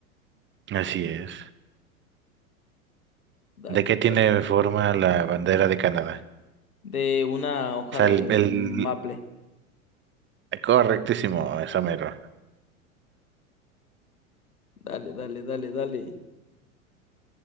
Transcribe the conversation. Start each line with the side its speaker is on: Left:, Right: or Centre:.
Right: Así es.
Left: Dale,
Right: ¿De qué
Left: dale.
Right: tiene forma la bandera de Canadá?
Left: De una hoja
Right: O sea,
Left: de
Right: el,
Left: eh,
Right: el-
Left: maple.
Right: correctísimo, esa mero.
Left: Dale, dale, dale, dale.